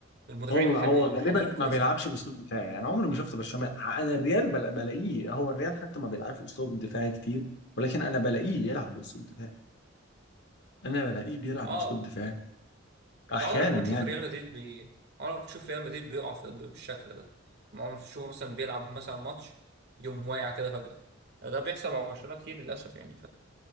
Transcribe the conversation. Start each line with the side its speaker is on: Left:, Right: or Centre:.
Right: المدافعين
Left: هو
Right: الحال-
Left: هو
Right: الحاليين
Left: غالبا
Right: كويسين
Left: ما بيلعبش باسلوب دفاعي يعني عمري ما شفته برشلونه انا الريال بلا- بلاقيه هو الريال حتى ما بيلعبش اسلوب دفاعي كتير ولكن انا بلاقيه يلعب باسلوب دفاعي انا بلاقيه بيلعب
Right: اه
Left: باسلوب دفاعي
Right: انت
Left: احيانا
Right: عمرك ما
Left: يعني
Right: تشوف ريال مدريد بي عمرك ما تشوف ريال مدريد بيقع في- بالشكل ده عمرك ما تشوفه مثلا بيلعب مثلا ماتش يوم واقع كده فجاه ده بيحصل مع برشلونه كتير للاسف يعني